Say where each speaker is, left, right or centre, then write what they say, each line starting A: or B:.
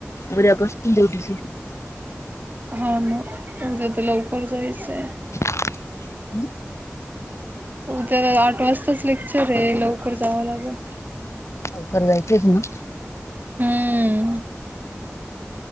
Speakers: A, on the left; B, on the right.
A: उद्यापासून दिवटी सुरु.
B: होव ना, उद्या तर लवकर जायचंय.
A: अंम,
B: उद्या आठ वाजताच लेक्चर ये, लवकर जावं लागल.
A: लवकर जायचंच तुना?
B: हम्म.